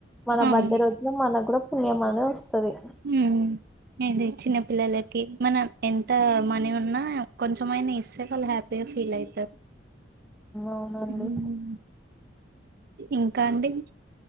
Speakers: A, in the centre; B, on the right.
A: మన
B: అవును
A: బర్త్డే రోజున మన కూడా పుణ్యం అనేది వస్తది
B: ఉమ్ ఇది చిన్న పిల్లలకి మనం ఎంత మనీ ఉన్నా కొంచమైనా ఇస్తే వాళ్ళు హ్యాపీగా ఫీల్ అవుతారు
A: అవునండి
B: ఉమ్ ఇంకా అండి